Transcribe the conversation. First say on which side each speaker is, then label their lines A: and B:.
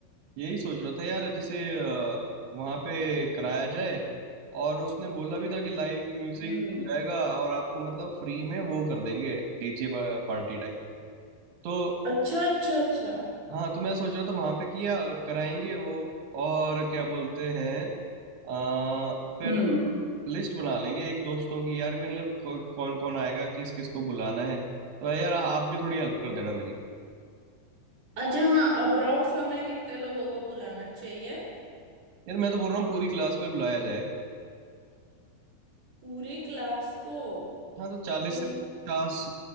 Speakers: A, on the right; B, on the right.
A: यही सोच रहा था यार जैसे अ, वहाँ पे कराया जाए और उसने बोला भी था कि लाइव म्यूजिक
B: हम्म
A: हो जाएगा और आपको मतलब फ्री में वो कर देंगे डीजे पार्टी टाइप तो
B: अच्छा अच्छा अच्छा
A: हाँ तो मैं सोच रहा था वहाँ पे किया कराएंगे वो और क्या बोलते हैं अ, फिर
B: हम्म
A: लिस्ट बना लेंगे एक दोस्तों की यार कि मतलब कौन कौन आएगा किस किस को बुलाना है तो यार आप भी थोड़ी हेल्प कर देना मेरी
B: अच्छा हाँ अप्रोक्स हमें कितने लोगों को बुलाना चाहिए
A: यार मैं तो बोल रहा हूँ पूरी क्लास को ही बुलाया जाए
B: पूरी क्लास को
A: हाँ तो चालीस
B: तो
A: से पचास